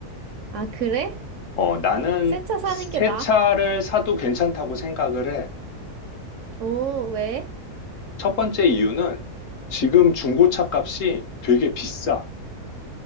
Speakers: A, on the right (about 65°); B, on the left (about 60°).
A: 아, 그래?
B: 어, 나는
A: 새 차 사는
B: 새
A: 게 나아?
B: 차를 사도 괜찮다고 생각을 해.
A: 오, 왜?
B: 첫 번째 이유는 지금 중고차 값이 되게 비싸.